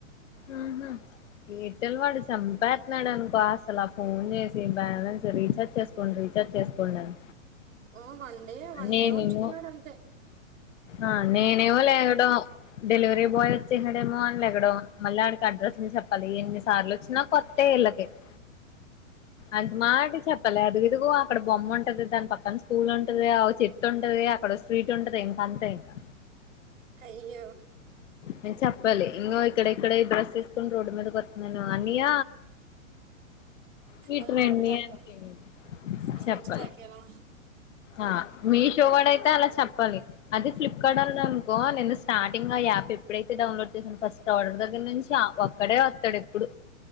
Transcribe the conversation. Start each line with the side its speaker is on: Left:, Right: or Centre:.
Left: ఉహు ఎయిర్టెల్ వాడు సంపేతున్నాడు అనుకో, అసలు ఆ ఫోన్ జేసి, బ్యాలెన్స్ రీచార్జ్ చేస్ ఫోను రీచార్జ్ చేసుకోండ్ అన్
Right: ఓ వన్డే, వన్డే
Left: నేనేమో
Right: ఉంచుతున్నడంతే.
Left: ఆ నేనేమో లేగడం డెలివరీ బాయ్ వచ్చేసాడేమో అనీ లేగడం, మళ్ళీ ఆడికి అడ్రస్ <unintelligible> చెప్పాలి. ఎన్నిసార్లు వచ్చినా కొత్ త్తె ఇళ్ళకైత్ అంత మాటిక్ చెప్ ప్పాలి, అదిగిదుగో అక్కడ బొమ్మ ఉంటది, దాని పక్కన స్కూల్ ఉంటది, ఆ చెట్టు ఉంటది, అక్కడ స్ట్రీట్ ఉంటది ఇంకా అంత్ తేగా
Right: కయ్యో
Left: నేన్ చెప్పాలి, ఇంగో ఇక్కడెక్కడే డ్రాస్ తీసుకుని రోడ్డు మీదకి ఒత్తున్నాను అనియ్య మీటు
Right: అంతలా
Left: రండి
Right: చెప్పాలి
Left: <unintelligible>
Right: అక్కడ
Left: చెప్పాలే
Right: నుంచి కేకేయడం
Left: ఆ మీషో వాడైతే అలా చెప్పాలి. అది ఫ్లిప్కార్ట్ అళ్ళు అనుకో, నేను స్టార్టింగ్ ఆ యాప్ ఎప్పుడైతే డౌన్లోడ్ చేశాను ఫస్ తోడర్ దగ్గర నుంచి ఆ ఒక్కడే ఒత్తడు ఎప్పుడు,